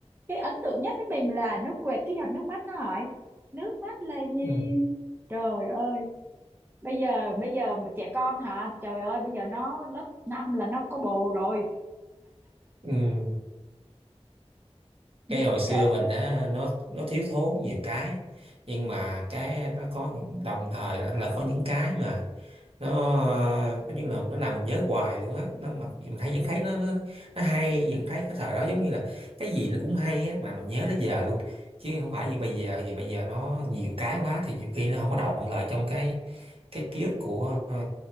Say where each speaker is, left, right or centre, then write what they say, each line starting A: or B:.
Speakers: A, on the right; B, on the right.
A: cái ấn tượng nhất với mình là nó quệt cái giọt nước mắt nó hỏi nước mắt là gì
B: ừ
A: trời ơi bây giờ bây giờ mà trẻ con hả trời ơi bây giờ nó lớp 5 là nó có bồ rồi
B: ừ cái
A: Thì
B: hồi xưa
A: kệ
B: mình á nó nó thiếu thốn nhiều cái nhưng mà cái nó có những đồng thời là có những cái mà nó nói chung là nó làm mình nhớ hoài luôn á nó mặc dù mình thấy vẫn thấy nó, nó nó hay vẫn thấy cái thời đó giống như là cái gì nó cũng hay á mà mình nhớ tới giờ luôn chứ không phải như bây giờ vì bây giờ nó nhiều cái quá thì nhiều khi nó không có động lại trong cái cái ký ức của ờ,